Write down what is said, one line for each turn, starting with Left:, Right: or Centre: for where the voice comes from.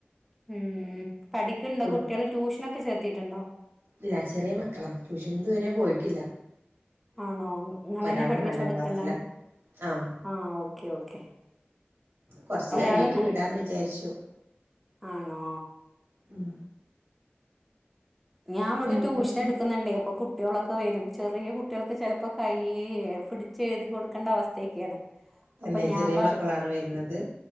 Centre: ഉം പഠിക്കണ്ടോ
Right: ഫുഡ്
Centre: കുട്ടികള് ട്യൂഷനൊക്കെ ചേർത്തിട്ടുണ്ടോ.
Right: ഇല്ല ചെറിയ മക്കളാ ട്യൂഷനിതുവരെ പോയിട്ടില്ല.
Centre: ആണോ ഇങ്ങളന്നെ
Right: ഒരാള്
Centre: പഠിപ്പിച്ചുകൊടുക്കലാണ്.
Right: നാലാം ക്ലാസ്സിലാ ആഹ്
Centre: ആ ഓക്കേ ഓക്കെ.
Right: കൊറച്ചു
Centre: ഒരാള്
Right: കഴിഞ്ഞിട്ടു
Centre: ന
Right: വിടാന്നുവിചാരിച്ചു.
Centre: ആണോ.
Right: ഉം
Centre: ഞാൻ ഇവിടെ
Right: പിന്നെന്തൊക്കെ
Centre: ട്യൂഷൻ എടുക്കുന്നുണ്ടേ അപ്പൊ കുട്ട് കുട്ടികളൊക്കെ വരും ചെറിയകുട്ടികൾക്ക് ചിലപ്പോ കൈ പിടിച്ചെഴുതി കൊടുക്കേണ്ട അവസ്ഥയൊക്കെയാണ്.
Right: തന്നെ
Centre: അപ്പൊ ഞാൻപറ
Right: ചെറിയ മക്കളാണ് വരുന്നത്